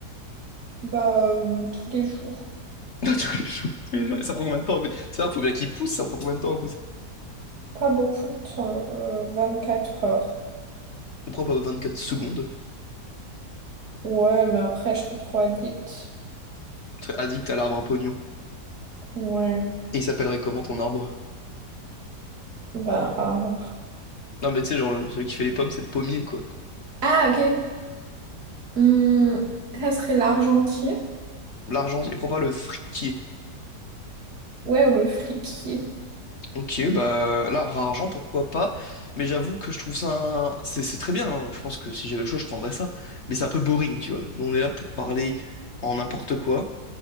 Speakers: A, on the right (about 65°); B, on the left (about 50°).
A: Bah, euh, tous les jours.
B: <laughs> Tous les jours, tous les jours. Et ça prend combien de temps? en fait C'est ça, faut bien qu'il pousse, ça prend combien de temps à pousser?
A: Pas beaucoup de temps, euh, quatre heures.
B: Je crois pas 24 secondes.
A: Ouais, mais après, je serais trop addict.
B: Très addict à l'arbre à pognon.
A: Ouais,
B: Et il s'appellerait comment ton arbre?
A: bah, arbre.
B: Non, mais tu sais, genre, le- celui qui fait les pommes, c'est le pommier, quoi.
A: Ah, ok. Hum, ça serait l'argentier?
B: L'argentier, pourquoi pas le friquier?
A: Ouais, ou le fripier?
B: Ok, bah, l'arbre à argent, pourquoi pas? Mais j'avoue que je trouve ça. un- C'est c'est très bien, hein. Je pense que si j'avais le choix, je prendrais ça. Mais c'est un peu boring, tu vois. Nous, on est là pour parler en n'importe quoi.